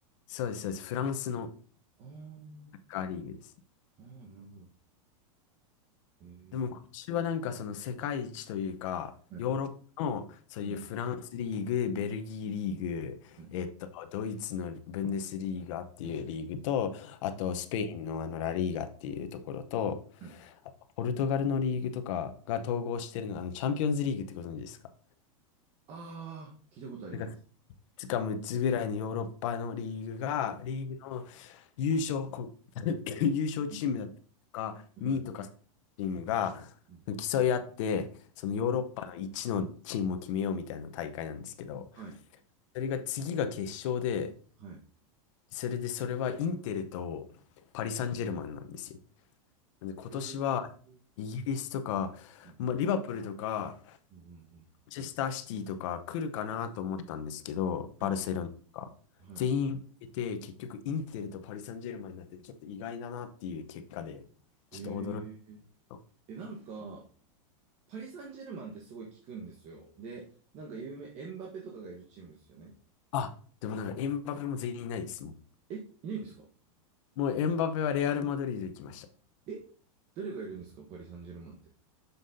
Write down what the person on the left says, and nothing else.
そうです、そうです。フランスの、
サッカーリーグです。
でも今年はなんかその世界一というか、
ヨーロッパのそういうフランスリーグ、
ベルギーリーグ、
えっと、ドイツのブンデスリーガっていうリーグと、あとスペインのあのラリーガっていうところと、
あとポルトガルのリーグとかが統合してるのが、あのチャンピオンズリーグってご存知ですか
なんかつか6つぐらいのヨーロッパのリーグが、
リーグの優勝、こ <laughs> 優勝チームだったりとか、
2位とかチームが
競い合って、そのヨーロッパの1のチームを決めようみたいな大会なんですけど、
それが次が決勝で、
それでそれはインテルとパリ・サンジェルマンなんですよ。なんで今年は
イギリスとか、
まあ、リバプールとか
マンチェスターシティとか来るかなと思ったんですけど、
バルセロナとか。
全員出て、結局インテルとパリ・サンジェルマンになって、ちょっと意外だなっていう結果で、
ちょっと驚い
た。
あ、でもなんかエンバペも全員いないですもん。
もうエンバペはレアル・マドリード行きました。